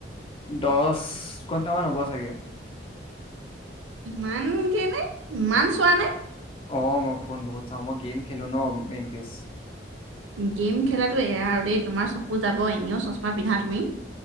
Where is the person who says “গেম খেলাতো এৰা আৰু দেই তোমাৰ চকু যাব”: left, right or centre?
Right